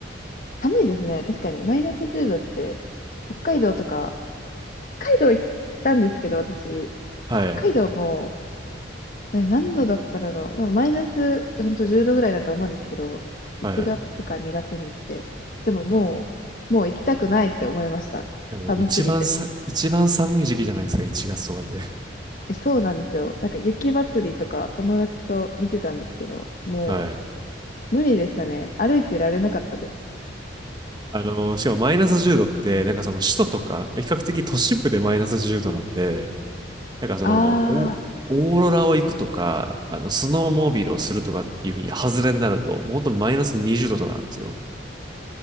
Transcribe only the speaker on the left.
寒いですね。確かに。マイナス10度って、北海道とか、北海道行ったんですけど、私、
北海道もえ何度だっただろう。うんマイナス、ほんと10度ぐらいだと思うんですけど、1月か2月に行って。
でももう、もう行きたくないって思いました。
寒すぎて。
えそうなんですよ。なんか雪祭りとか友達と見てたんですけど、も
う無理でしたね。歩いてられなかったです。
あ